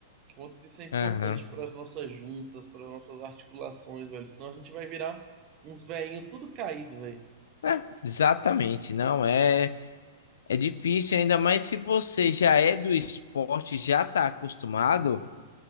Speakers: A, on the right; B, on the left.
A: Quanto isso é importante
B: Aham.
A: para as nossas juntas, para as nossas articulações, velho. Senão a gente vai virar uns velhinhos tudo caído, velho.
B: É, exatamente. Não é. É difícil, ainda mais se você já é do esporte, já tá acostumado.